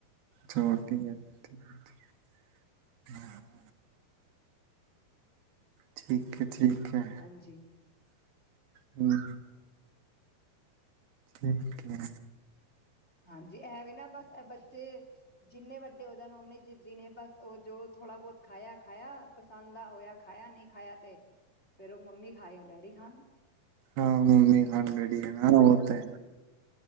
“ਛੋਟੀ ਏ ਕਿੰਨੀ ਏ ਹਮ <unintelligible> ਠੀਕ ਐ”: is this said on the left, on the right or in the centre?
Right